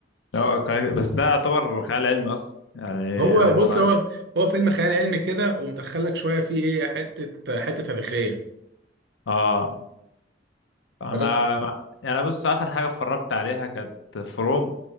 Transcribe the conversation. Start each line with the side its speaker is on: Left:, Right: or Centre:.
Left: اه كان- بس ده يعتبر خيال علمي اصلا يعني
Right: هو
Left: هم
Right: بص هو هو فيلم خيال علمي كده ومدخلك شوية فيه ايه حتة حتة تاريخية
Left: اه انا
Right: بس
Left: يعني بص اخر حاجه اتفرجت عليها كانت فروم